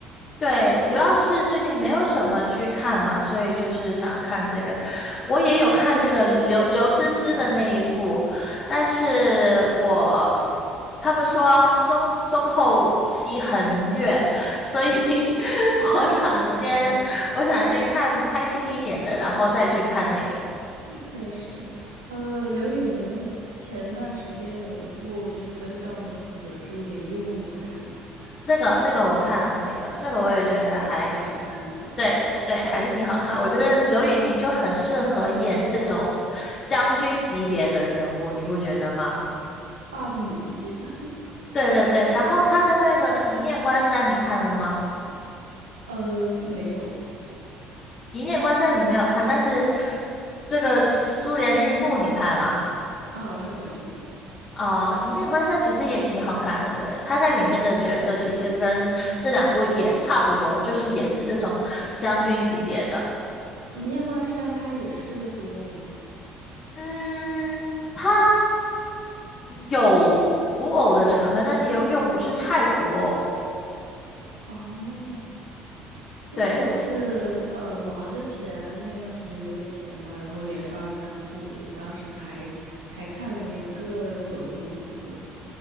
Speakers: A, on the left (about 40°); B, on the right (about 85°).
A: 对，主要是最近没有什么剧看嘛，所以就是想要看这个。我也有看那个刘刘诗诗的那一部，
B: 因为哦，
A: 但是我他们说中中后期很虐，所以 <laughs> 我想先我想先看开心一点的，
B: 天呐，
A: 然后再去看那个
B: 确实，呃，刘宇宁前段时间有一部就是跟赵露思的《珠帘玉幕》，你有看吗？
A: 那个那个我看了那个那个我也觉得还
B: 那个也挺好看的，
A: 对对，还是挺好看。
B: 是的，
A: 我觉得刘宇宁就很适合演这种将军级别的人物，你不觉得吗？
B: 霸总级别。<laughs>
A: 对对对，然后他的那个《一念关山》，你看了吗？
B: 呃，没有，
A: 《一念关山》你没有看，但是这个《珠帘玉幕》你看了
B: 啊，是的，是的，
A: 哦，一念关山》其实也挺好看的。这个他在里面的角色其实跟这两部也差不多，就是也是这种将军级别的。
B: 《一念关山》它也是古偶吗？
A: 嗯，他。有古偶的成分，但是又又不是太古偶。
B: 哦。因为我是呃忙之前那段时间有点闲吧，
A: 对，
B: 然后连刷了三部，就当时还还看了一个《九重紫》